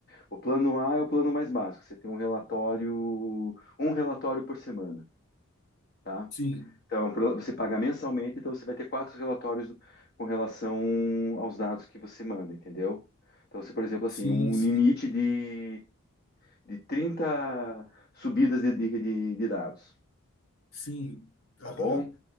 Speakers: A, on the left; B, on the left.
A: O plano A é o plano mais básico, você tem um relatório, um relatório por semana, tá?
B: sim,
A: Então, você paga mensalmente, então você vai ter quatro relatórios com relação aos dados que você manda, entendeu? Então, você, por exemplo,
B: sim,
A: assim, um
B: sim,
A: limite de, de 30 subidas de, de, de de dados,
B: sim. Aham.
A: tá bom?